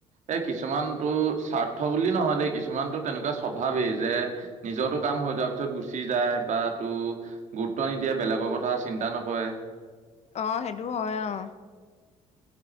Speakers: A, on the right; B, on the left.
A: এই কিছুমান তোৰ স্বাৰ্থ বুলি নহয় দেই কিছুমান তোৰ তেনেকুৱা স্বভাৱেই যে নিজোটো কাম হৈ যোৱাৰ পিছত গুচি যায় বা তোৰ গুৰুত্ব নিদিয়ে বেলেগৰ কথা চিন্তা নকৰে।
B: অ সেইটো হয় অ।